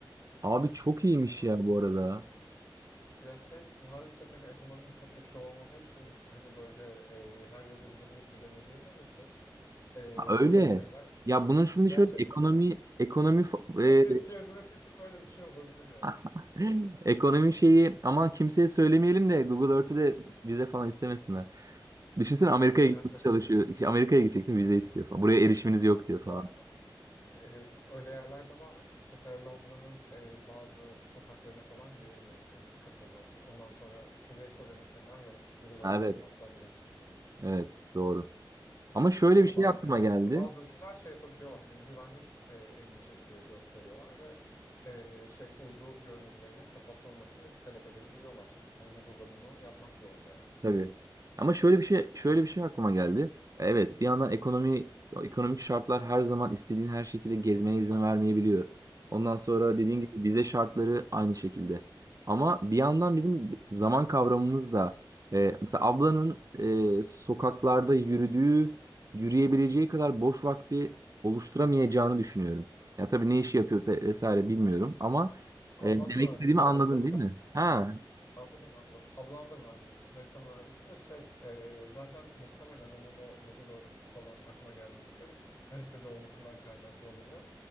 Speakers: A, on the right (about 45°); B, on the left (about 35°).
A: Abi çok iyiymiş
B: Ama
A: ya bu arada.
B: ya şey maalesef hani ekonomimiz çok güçlü olmadığı için hani böyle e, her yerde vize bulup gidemediğimiz için e,
A: Ha, öyle.
B: böyle şeyler
A: Ya bunun şimdi
B: gerçekten
A: şöyle ekonomi ekonomi fa-
B: <laughs> fakirin
A: e,
B: gezmesi için böyle bir şey olabilir yani.
A: <laughs> ekonomi şeyi aman kimseye söylemeyelim de Google Earth'ü de vize falan istemesinler. Düşünsene Amerika'ya
B: E, gerçekten.
A: gitmek çalışıyor. İşte Amerika'ya gideceksin vize istiyor falan. Buraya erişiminiz yok diyor
B: Bu
A: falan.
B: arada e, öyle yerler de var. Mesela Londra'nın e, bazı sokaklarına falan giremiyorsun kapalı. Ondan sonra Kuzey Kore mesela yok. Google Earth'te
A: Evet,
B: asla giremezsin.
A: evet doğru. Ama şöyle
B: Yani
A: bir şey
B: bazı
A: aklıma
B: yerler,
A: geldi.
B: bazı ülkeler şey yapabiliyorlar. Hani güvenlik e, endişesi gösteriyorlar ve e, şey uydu görünümlerinin kapatılmasını talep edebiliyorlar. Hani Google'da bunu yapmak zorunda yani. Hani.
A: Tabii. Ama şöyle bir şey şöyle bir şey aklıma geldi. E, Evet, bir yandan ekonomi ekonomik şartlar her zaman istediğin her şekilde gezmene izin vermeyebiliyor. Ondan sonra dediğin
B: Hı hı.
A: gibi vize şartları aynı şekilde. Ama bir yandan bizim zaman kavramımız da e, mesela ablanın e, sokaklarda yürüdüğü, yürüyebileceği kadar boş vakti oluşturamayacağını düşünüyorum. Ya tabii ne işi yapıyor ve- vesaire bilmiyorum ama
B: Ablam
A: e, demek
B: da mühendis
A: istediğimi
B: bu
A: anladın
B: arada.
A: değil mi? Ha,
B: Anladım anladım. Ablam da mühendis, harita mühendisi ve şey e, zaten muhtemelen onun o Google Earth falan aklına gelmesi haritacı olmasından kaynaklanıyor.